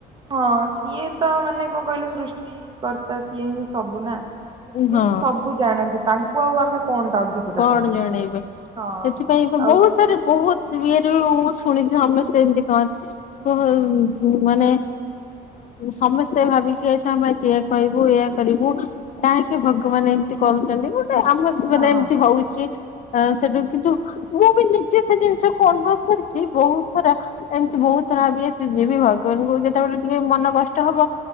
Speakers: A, on the right; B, on the left.
A: ହଁ ସିଏ ତ ମାନେ କଣ କହିଲେ ସୃଷ୍ଟିିକର୍ତ୍ତା ସିଏ ହିଏ ସବୁ ନା ସିଏ
B: ହଁ
A: ହିଁ ସବୁ ଜାଣନ୍ତି। ତାଙ୍କୁ ଆଉ ଆମେ କଣଟା ଅଧିକଟା
B: କଣ
A: କହିବୁ।
B: ଜଣେଇବେ ସେଥିପାଇଁ
A: ହଁ ଆଉ
B: ବହୁତ ସାରା ବହୁତ ମୁଁ ଶୁଣିଛି ସମସ୍ତେ ଏମତି କନ୍ତି ମାନେ ସମସ୍ତେ ଭାବିକି ଯାଇଥା କହିବୁ ଇ କରିବୁ କାହିଁକି ଭଗବାନ ଏମିତି କରୁଛନ୍ତି। ଆମ ମାନେ
A: ହଁ ହଁ
B: ଏମତି ହଉଛି
A: ହୁଁ
B: ସେଠୁ କିନ୍ତୁ ମୁଁ ବି ନିଜେ ସେ ଜିନିଷ କ ଅନୁଭବ କରିଛି ବହୁତ ଥର ଏମିତି ବହୁତ ଥର ଭାବିି ଯିବି ଭଗବାନଙ୍କୁ ଯେତେବେଳେ ଟିକେ ମନ କଷ୍ଟ ହବ